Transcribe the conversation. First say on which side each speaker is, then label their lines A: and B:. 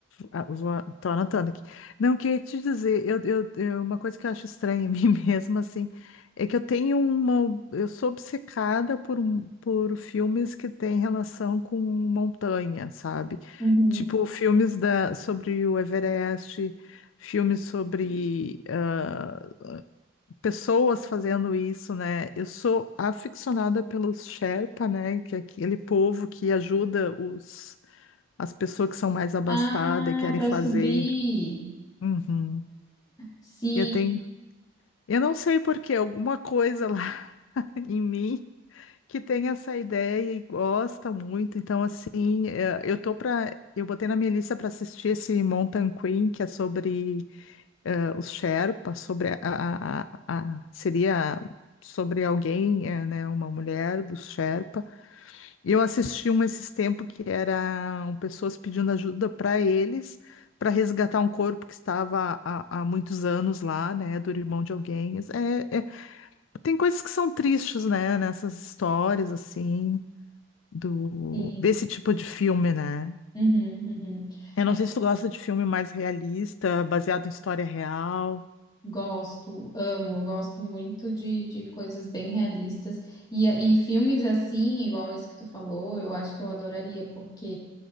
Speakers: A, on the left (about 80°); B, on the left (about 20°).
A: Ah, vou, tô anotando aqui. Não, queria te dizer, eu, eu, eu- uma coisa que eu acho estranha em <laughs> mim mesma, assim, é que eu tenho uma. Eu sou obcecada por, um- por filmes que têm relação com montanha, sabe?
B: Uhum.
A: Tipo, filmes da, sobre o Everest, filmes sobre ah, pessoas fazendo isso, né? Eu sou aficionada pelos Sherpa, né? Que é aquele povo que ajuda os, as pessoas que são mais abastadas
B: Ai,
A: e querem
B: para
A: fazer.
B: subir.
A: Uhum.
B: Sim.
A: Eu tenho, eu não sei por quê, alguma coisa lá <laughs> em mim que tem essa ideia e gosta muito. Então, assim, eh, eu tô pra, eu botei na minha lista para assistir esse Mountain Queen, que é sobre eh, os Sherpas, sobre a, a- a- a- seria sobre alguém, eh, né, uma mulher dos Sherpa. E Eu assisti um esses tempos que eram pessoas pedindo ajuda para eles para resgatar um corpo que estava há, há muitos anos lá, né, do irmão de alguém. Assim, É- é- Tem coisas que são tristes, né, nessas histórias assim do
B: Uhum,
A: desse tipo de filme, né?
B: uhum.
A: Eu
B: É,
A: não sei se tu gosta de filme mais realista, baseado em história real.
B: Gosto, amo, eu gosto muito de, de coisas bem realistas. E, e filmes assim, igual esse que tu falou, eu acho que eu adoraria, porque,